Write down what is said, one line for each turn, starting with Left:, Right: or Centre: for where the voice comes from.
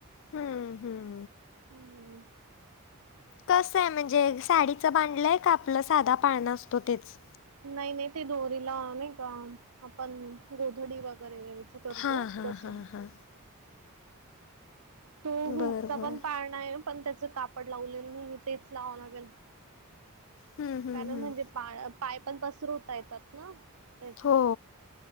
Left: हम्म हम्म
Right: ह हह
Left: कसं आहे म्हणजे साडीचं बांधलंय का आपलं साधा पाळणा असतो तेच
Right: नाही नाही ते दोरीला नाही का आपण गोधडी वगैरे असं करतो
Left: हां हां
Right: तस
Left: हां हां
Right: तो हुग
Left: बरं
Right: चा
Left: बरं
Right: पण पाळणा नाही पण त्याचं कापड लावलेलं नाही तेच लावाव लागेल
Left: हम्म हम्म
Right: त्यानं
Left: हम्म
Right: म्हणजे पा पाय पण पसरवता येतात ना त्याच्यावर
Left: हो